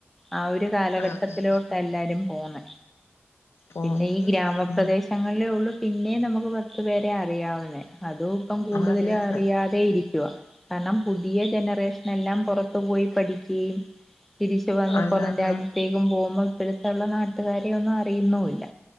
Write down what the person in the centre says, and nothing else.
ആഒരു കാലഘട്ടത്തിലോട്ട
എല്ലാരും പോന്ന്
പിന്നെ ഈ ഗ്രാമപ്രദേശ്
ഞങ്ങളിലേ ഉള്ളു പിന്നെ നമുക്ക് പത്ത് പേരെ അറിയാവുന്നേ അതും ഇപ്പം കൂടുതൽ
അറിയാതെ ഇരിക്കുക കാരണം പുതിയ ജനറേഷന എല്ലാം പുറ ത്ത പോയി പഠിക്കുകയും തിരിച്ചു വന്ന
പുറം രാജ്യത്തേക്കും പോവുമ്പം ഇപ്പോഴത്തുള്ള നാട്ടുകാരെയ ഒന്നും അറിയുന്നുല്ല